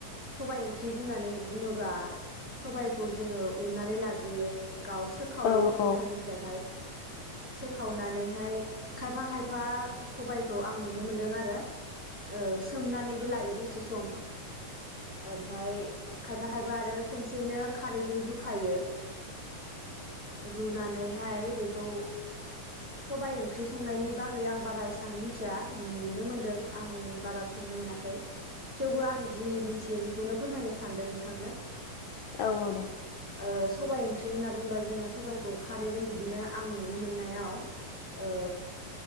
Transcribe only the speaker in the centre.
सबाइ ओंख्रि बुंनानै बुङोब्ला सबायखौ जोङो उन्नानै लाग्रोयो गाव सोखावो
गथानिफ्रायहाय सोखावनानैहाय खायफा खायफा सबायखौ आं नुनो मोनदों आरो ओ सोमनानैबो लायो रसि सम ओमफ्राय खायफा खायफा आरो खसेनो खार रुखायो रुनै बे खौ सबबाय ओंख्रि संनायनि बागै आं बारा एसबां मिथिया नुनो मोनदों आं बारा संनो मोनाखै थेवबो आं जि मिथियो बेखौ बेखौनो फोरमायनो सानदों नोंथांनो
ओ सबाइ ओंख्रि होनना बुंङोबा जोङो सबाइखौ खारैजों बिदिनो आं नुनो मोननायाव ओ